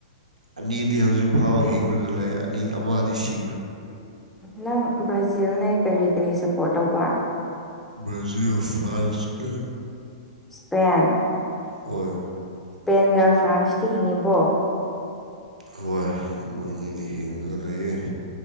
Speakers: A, on the right; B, in the centre.
A: ꯑꯅꯤ ꯗꯤ ꯍꯧꯖꯤꯛ ꯐꯥꯎꯕ ꯍꯤꯡꯅꯒ ꯂꯩ ꯑꯅꯤ ꯑꯃꯗꯤ ꯁꯤ
B: ꯅꯪ ꯕ꯭ꯔꯥꯖꯤꯜꯅꯦ ꯀꯔꯤ ꯀꯔꯤ ꯁꯞꯄꯣꯔꯠ ꯇꯧꯕ
A: ꯕꯔꯖꯤꯣ ꯐꯜꯁꯄꯦꯟ
B: ꯏꯁꯄꯦꯟ
A: ꯍꯣꯏ
B: ꯏꯁꯄꯦꯟꯒ ꯐ꯭ꯔꯥꯟꯁꯇ ꯍꯤꯡꯉꯤꯕꯣ
A: ꯍꯣꯏ ꯃꯣꯏꯅꯤꯗꯤ ꯍꯤꯡꯉꯒ ꯂꯩꯌꯦꯦ